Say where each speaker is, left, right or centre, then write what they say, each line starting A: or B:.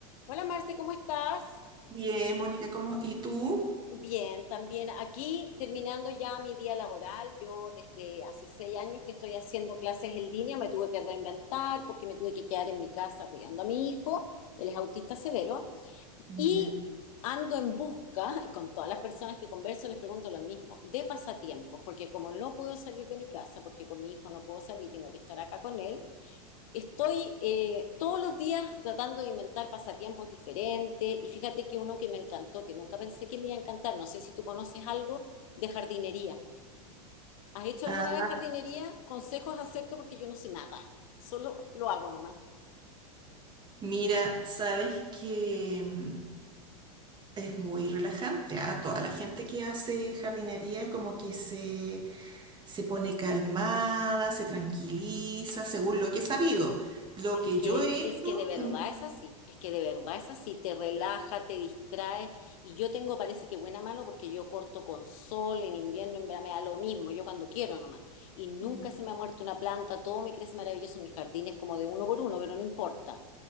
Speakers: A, on the left (about 60°); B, on the right (about 25°).
A: Hola Marce, ¿cómo estás?
B: Bien, Mónica, ¿cómo? ¿Y tú?
A: Bien, también aquí terminando ya mi día laboral. Yo desde hace seis años que estoy haciendo clases en línea, me tuve que reinventar porque me tuve que quedar en mi casa cuidando a mi hijo, él es autista severo, y
B: Ya.
A: ando en busca, <laughs> con todas las personas que converso les pregunto lo mismo, de pasatiempos, porque como no puedo salir de mi casa, porque con mi hijo no puedo salir, tengo que estar acá con él, Estoy eh, todos los días tratando de inventar pasatiempos diferentes y fíjate que uno que me encantó, que nunca pensé que me iba a encantar, no sé si tú conoces algo de jardinería. ¿Has hecho alguna
B: Ah,
A: vez jardinería? Consejos acepto porque yo no sé nada, solo lo hago nomás.
B: mira, sabes que mm, es muy relajante, ¿ah? Toda la gente que hace jardinería como que se, se pone calmada, se tranquiliza, según lo que he sabido. Lo
A: Es
B: que
A: que,
B: yo he
A: es
B: hecho...
A: que de verdad
B: em,
A: es así, es que de verdad es así, te relaja, te distrae y yo tengo parece que buena mano porque yo corto con sol, en invierno, en verano, me da lo mismo, yo cuando quiero nomás y nunca
B: mm,
A: se me ha muerto una planta, todo me crece maravilloso, mis jardines como de uno por uno, pero no importa,